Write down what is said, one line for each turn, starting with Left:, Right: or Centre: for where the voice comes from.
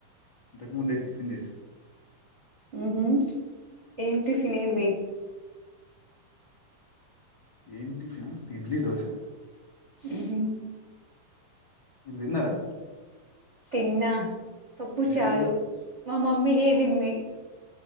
Left: ఇంతకుముందే టిఫిన్ చేసి
Right: మ్మ్ హ్మ్ ఏన్ టిఫిన్ ఏంది
Left: ఏన్ టిఫన్ ఇడ్లీ దోశ
Right: అహ
Left: తిన్నారా
Right: తిన్నా పప్పు
Left: మీరేం
Right: చారు
Left: తిన్నారు
Right: మా మమ్మీ చేసింది